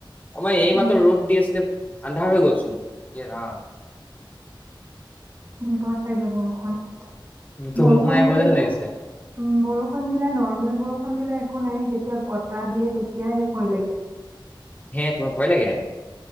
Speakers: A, on the left (about 20°); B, on the right (about 35°).
A: আমাৰ এই
B: উম
A: মাত্ৰ ৰ'দ দি আছিলে। আন্ধাৰ হৈ গ'লচোন, এ ৰাম।
B: দিব চাগে বৰষুণ।
A: ধুমুহা
B: বৰষুণ
A: আহিব
B: দিলেতো
A: যেন লাগিছে।
B: উম বৰষুণ দিলে নৰ্মেল বৰষুণ দিলে একো নাই, যেতিয়া বতাহ দিয়ে তেতিয়াহে ভয় লাগে।
A: হে, তুমাৰ ভয় লাগে?